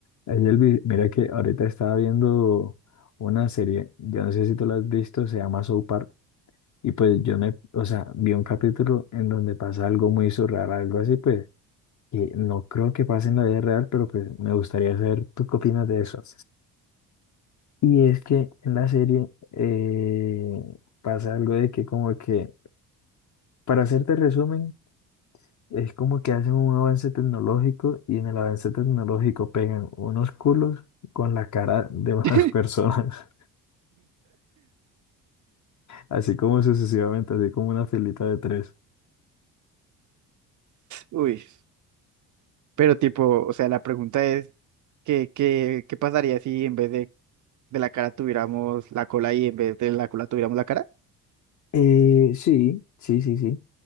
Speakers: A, on the left; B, on the right.
A: Ey, Elvis, mira que ahorita estaba viendo una serie, yo no sé si tú la has visto, se llama South Park, y pues yo me, o sea, vi un capítulo en donde pasa algo muy surreal, algo así, pues, que no creo que pase en la vida real, pero pues me gustaría saber tú qué opinas de eso. Y es que en la serie eh, pasa algo de que como que, para hacerte resumen, es como que hacen un avance tecnológico y en el avance tecnológico pegan unos culos con la cara de <laughs> unas
B: <laughs>
A: personas. Así como sucesivamente, así como una filita de tres.
B: Uy, pero tipo, o sea, la pregunta es, ¿qué, qué, qué pasaría si en vez de, de la cara tuviéramos la cola y en vez de la cola tuviéramos la cara?
A: Eh, sí, sí, sí, sí.